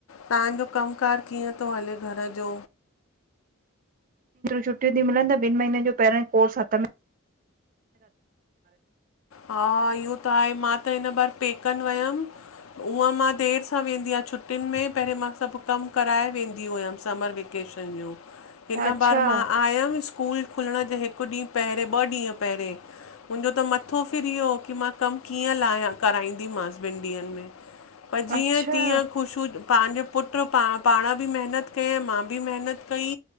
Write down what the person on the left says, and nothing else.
तव्हांजो कमु कार कीअं थो हले घर जो।
हा इहो त आहे मा त हिन बार पेकनि वयमि हूंअ मां देरि सां वेंदी आहियां छुटियुनि में पहिरियों मां सभु कमु कराए वेंदी हुयमि समर वेकेशन
हिन बार मां आयम स्कूल खुलण जे हिकु ॾींहुं पहिरियोें ॿ ॾींहं पहिरें मुंहिंजो त मथ थो फिर इहो की मां कमु कीअं लाइया कराईंदीमाससि ॿिनि ॾींहंनि में पर जीअं
तीअं ख़ुशू पंहिंजो पुटु पा पाण बि महिनत कईं मां बि महिनत कई